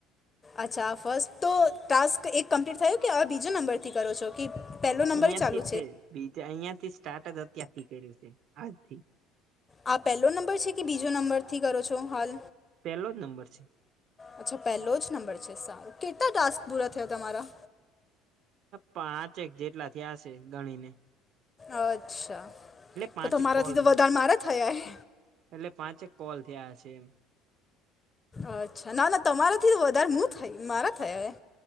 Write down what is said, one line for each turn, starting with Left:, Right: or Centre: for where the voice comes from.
Left: અચ્છા ફર્સ્ટ તો ટાસ્ક એક કમ્પ્લીટ થયયો કે હ બીજો નંબરથી કરો છો કે પહેલો નંબર
Right: અહિયાં
Left: ય ચાલુ
Right: થી છે બીજા અહિયાંથી સ્ટાર્ટ જ અત્યારથી કર્યું છે આજથી
Left: આ પહેલો નંબર છે કે બીજો નંબર થી કરો છો હાલ
Right: પેલો જ નંબર છે
Left: અચ્છા પહેલો જ નંબર છે સારો કેટલા ટાસ્ક પૂરા થયા તમારા
Right: પાંચેક જેટલા થી હશે ગણી ને
Left: અચ્છા
Right: પાંચેક
Left: તો તો મારાથી
Right: કોલ
Left: તો
Right: થયા
Left: વધારે મારા થયા હે
Right: એટલે પાંચેક કોલ થયા હશે એમ
Left: અચ્છા ના ના તમારા થી વધારે મુું થઈ મારા થયા એ